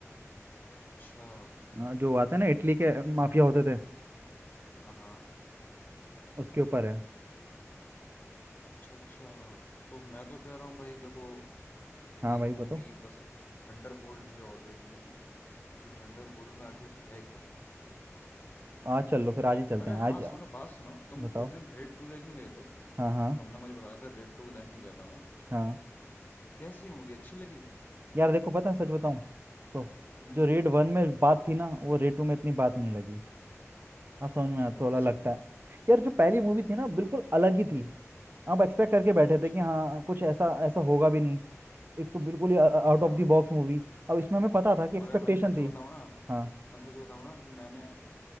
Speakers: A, on the left; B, on the right.
A: अच्छा
B: हाँ, जो आते हैं ना इटली के माफिया होते थे
A: हाँ
B: उसके ऊपर है
A: अच्छा अच्छा तो मैं तो कह रहा हूँ भाई देखो
B: हाँ
A: एक
B: भाई बताओ
A: मूवी बस थंडर बोल्ट मुझे और देखनी है कि थंडर बोल्ट में आखिर है क्या
B: आज चल लो फिर आज
A: है ना
B: ही चलते
A: अरे
B: हैं
A: हाँ
B: आज आ,
A: सुनो बात सुनो तुम
B: बताओ
A: उस दिन रेड टू देखने गए थे
B: हाँ हाँ
A: तुमने मुझे बताया था रेड टू देखने गया था मैं
B: हाँ
A: कैसी मूवी अच्छी लगी
B: यार देखो पता है सच बताऊं तो
A: हम्म
B: जो रेड वन में बात थी ना वो रेड टू में इतनी बात नहीं लगी अब समझ
A: अच्छा
B: में आया, थोड़ा
A: ऐसा
B: लगता
A: क्यों
B: है यार जो पहली मूवी थी ना बिल्कुल अलग ही थी आप एक्सपेक्ट करके बैठे
A: अच्छा
B: थे कि हाँ कुछ ऐसा ऐसा होगा भी नहीं एक तो बिल्कुल ही out
A: हाँ
B: of the box movie अब इसमें हमें पता था कि एक्सपेक्टेशन
A: मगर भाई सच
B: थी
A: बताऊँ ना
B: हाँ
A: मैं सच बताऊँ ना कि मैंने